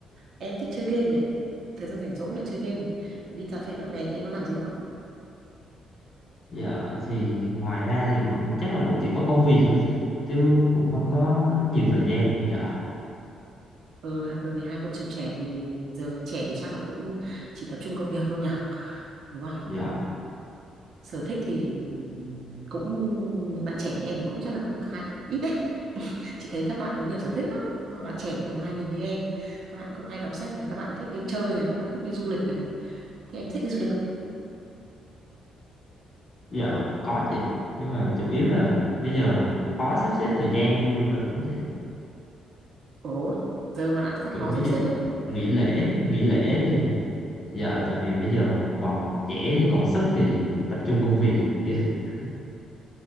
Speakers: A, on the right; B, on the left.
A: em thích chơi game này, thời gian rảnh rỗi này chơi game này, đi cà phê bạn bè thì em có làm gì nữa?
B: giờ thì ngoài ra thì cũng chắc là cũng chỉ có công việc thôi chị chứ cũng không có nhiều thời gian giờ
A: Ừ, hạt thường thì hai vợ chồng trẻ thì giờ là trẻ thì chắc là cũng chỉ tập trung công việc thôi nhỉ, đúng không?
B: giờ
A: Sở thích thì cũng những bạn trẻ như em thì cũng chắc là cũng khá ít đấy. Chị thấy các bạn nhiều sở thích lắm, nhưng mà bạn trẻ tầm 2000 như em, các bạn cũng hay đọc sách này, các bạn thích đi chơi này, các bạn thích đi du lịch này. Thì em có thích đi du lịch không?
B: giờ có chị nhưng mà chủ yếu là bây giờ khó sắp xếp thời gian đi du lịch lắm chị
A: Ủa, giờ mà đã sao
B: kiểu
A: khó sắp
B: ví
A: xếp
B: dụ
A: á?
B: nghỉ lễ nghỉ lễ thì giờ tại vì bây giờ còn trẻ thì còn sức thì tập trung công việc <laughs>